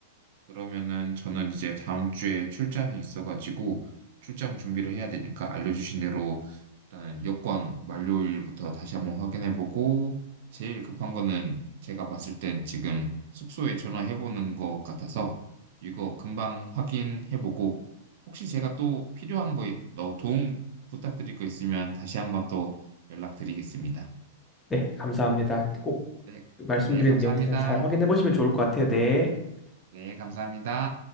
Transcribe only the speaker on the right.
그러면은 저는 이제 다음 주에 출장이 있어가지고 출장 준비를 해야 되니까 알려주신 대로 일단은 여권 만료일부터 다시 한번 확인해보고 제일 급한 거는 제가 봤을 땐 지금 숙소에 전화해보는 것 같아서 이거 금방 확인해보고 혹시 제가 또 필요한 거, 있- 너 도움 부탁드릴 거 있으면 다시 한번 또 연락드리겠습니다.
네,
네, 감사합니다.
네, 감사합니다.